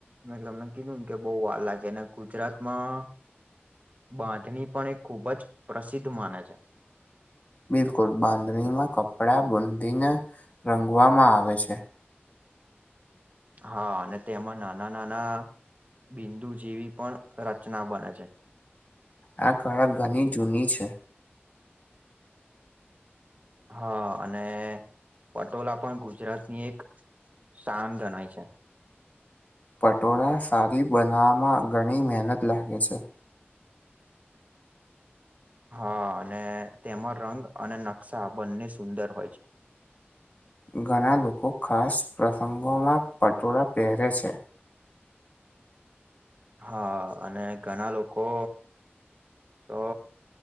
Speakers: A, on the right (about 35°); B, on the left (about 40°).
A: મેં તમને કીધું કે, બહુ વાર લાગે, અને ગુજરાતમાં બાંધણી પણ એ ખુબ જ પ્રસિદ્ધ માને છે.
B: બિલકુલ, બાંધણીમાં કપડા બૂંધીને રંગવામાં આવે છે.
A: હા, અને તેમાં નાના-નાના બિંદુ જેવી પણ રચના બને છે.
B: આ કડક ઘણી જૂની છે.
A: હા, અને પટોળા પણ ગુજરાતની એક શાન ગણાય છે.
B: પટોળ સારી બનાવવામાં ઘણી મહેનત લાગે છે.
A: હા, અને તેમાં રંગ અને નકશા બંને સુંદર હોય છે.
B: ઘણા લોકો ખાસ પ્રસંગોમાં પટોળા પહેરે છે.
A: હા, અને ઘણા લોકો તો